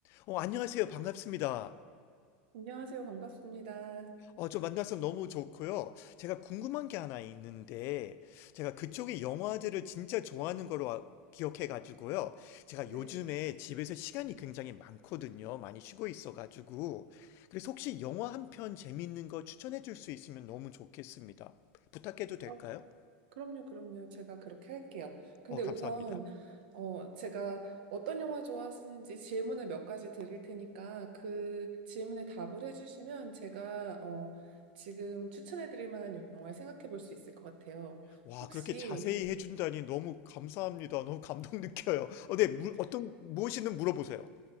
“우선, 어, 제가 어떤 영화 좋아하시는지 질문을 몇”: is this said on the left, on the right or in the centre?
Right